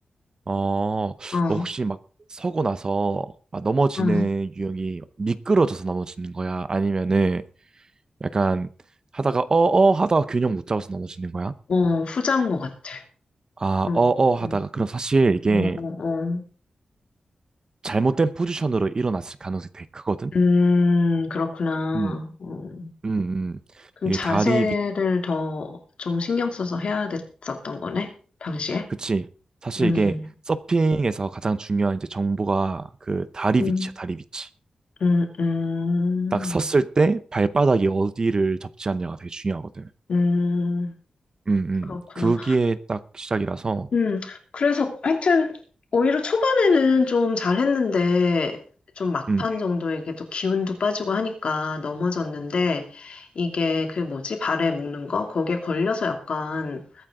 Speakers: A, on the right; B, on the left.
A: 어,
B: 어,
A: 너 혹시 막 서고 나서 막 넘어지는
B: 응,
A: 유형이 미끄러져서 넘어지는 거야? 아니면은 약간 하다가 어어 하다가 균형 못 잡아서 넘어지는 거야?
B: 어, 후자인 것 같아.
A: 아,
B: 응,
A: 어어 하다가
B: 응,
A: 그럼 사실 이게
B: 어, 어, 어.
A: 잘못된 포지션으로 일어났을 가능성이 되게 크거든?
B: 음, 그렇구나.
A: 음.
B: 음,
A: 음, 음.
B: 그럼
A: 이게
B: 자세를
A: 다리 위,
B: 더 좀 신경 써서 해야 됐었던 거네, 당시에?
A: 그치. 사실
B: 음,
A: 이게 서핑에서 가장 중요한 이제 정보가 그 다리
B: 음,
A: 위치야, 다리 위치.
B: 음, 음.
A: 딱 섰을 때 발바닥이 어디를 접지 않냐가 되게 중요하거든.
B: 음,
A: 음, 음.
B: 그렇구나.
A: 그게 딱 시작이라서,
B: 음, 그래서 하여튼 오히려 초반에는 좀 잘했는데 좀 막판
A: 음.
B: 정도에 이게 또 기운도 빠지고 하니까 넘어졌는데 이게 그 뭐지? 발에 묶는 거? 거기에 걸려서 약간